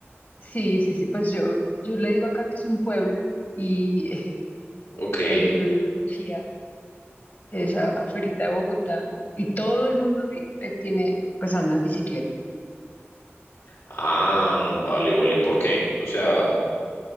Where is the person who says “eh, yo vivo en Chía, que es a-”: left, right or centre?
Left